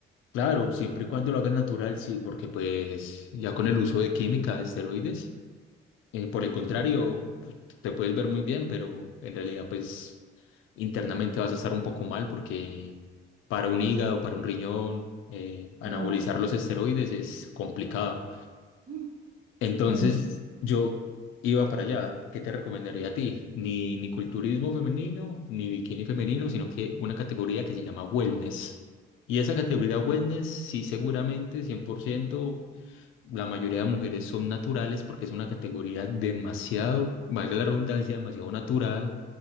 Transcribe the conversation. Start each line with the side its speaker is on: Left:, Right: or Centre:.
Left: claro, siempre y cuando lo hagan natural, sí, porque pues ya con el uso de química, de esteroides, Eh, por el contrario, pu- te puedes ver muy bien, pero en realidad, pues internamente vas a estar un poco mal porque para un hígado, para un riñón, eh, anabolizar
Right: Wow, sí.
Left: los esteroides
Right: <gasps>
Left: es complicado.
Right: Mm.
Left: Entonces,
Right: No, no,
Left: yo iba para allá. ¿Qué te recomendaría a ti? Ni, ni culturismo femenino, ni bikini femenino, sino que una categoría que se llama wellness. Y esa categoría wellness, sí, seguramente, 100%. La mayoría de mujeres son naturales porque es una categoría demasiado, valga la redundancia, demasiado natural.